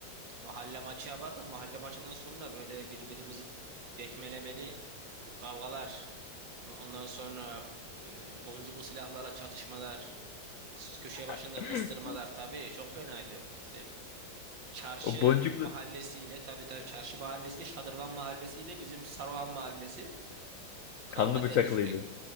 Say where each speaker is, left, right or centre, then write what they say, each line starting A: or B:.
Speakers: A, on the right; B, on the left.
A: Mahalle maçı yapardık. Mahalle maçından sonra böyle birbirimizi dekmelemeli kavgalar. Ondan sonra e, boncuklu silahlarla çatışmalar. kıs- Köşe başında
B: <laughs>
A: kıstırmalar. Tabii çok fenaydı işte. Çarşı
B: O boncuklu
A: mahallesiyle tabii tabii çarşı mahallesiyle Şadırvan mahallesiyle bizim Saruhan mahallesi kavga
B: kanlı bıçaklıydı.
A: derdi sürekli.